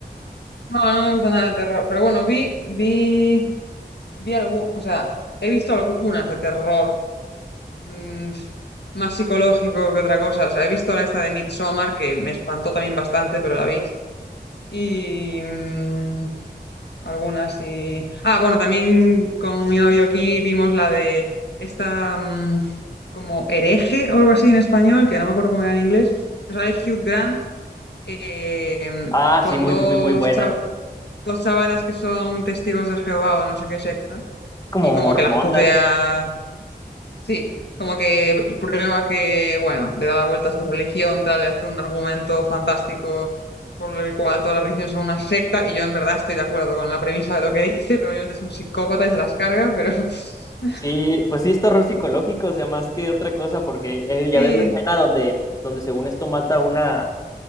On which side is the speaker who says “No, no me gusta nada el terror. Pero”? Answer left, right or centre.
Left